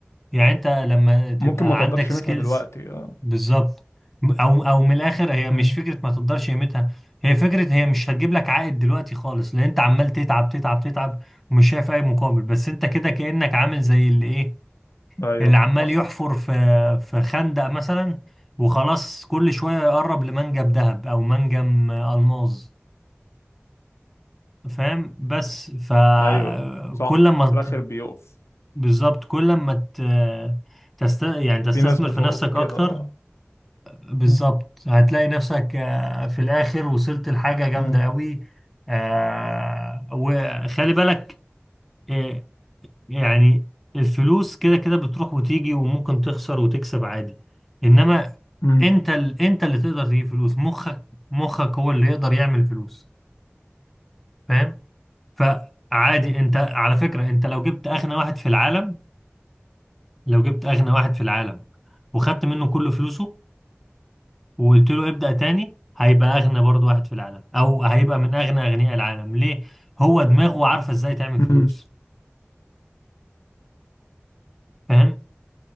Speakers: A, in the centre; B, on the left (about 75°).
A: يعني انت لما تبقى
B: ممكن ما تقدرش
A: عندك سكيلز
B: قيمتها دلوقتي آه.
A: بالظبط م- او او من الاخر هي مش
B: مم.
A: فكره ما تقدرش قيمتها هي فكره هي مش هتجيب لك عائد دلوقتي خالص لان انت عمال تتعب تتعب تتعب ومش شايف اي مقابل بس انت كده كانك عامل زي اللي ايه
B: ايوه
A: اللي عمال
B: حصل
A: يحفر في في خندق مثلا وخلاص كل شويه يقرب لمنجم ذهب او منجم الماظ فاهم بس فكل
B: ايوه صح
A: ما
B: في الاخر بيقف
A: بالظبط كل ما ت... تست... يعني تستثمر
B: في ناس بتقف
A: في نفسك اكتر
B: كده آه.
A: بالظبط
B: مم.
A: هتلاقي نفسك آه، في الاخر وصلت لحاجة جامدة
B: مم.
A: قوي آه، وخلي بالك آه، يعني الفلوس كده كده بتروح وتيجي وممكن تخسر وتكسب عادي انما
B: مم.
A: انت ال... انت اللي تقدر تجيب فلوس مخك مخك هو اللي يقدر يعمل فلوس فاهم فعادي انت على فكرة انت لو جبت اغنى واحد في العالم لو جبت أغنى واحد في العالم وخدت منه كل فلوسه وقلت له ابدأ تاني هيبقى أغنى برضه واحد في العالم أو هيبقى من أغنى أغنياء العالم ليه؟ هو دماغه عارفة إزاي تعمل فلوس
B: مم.
A: فاهم؟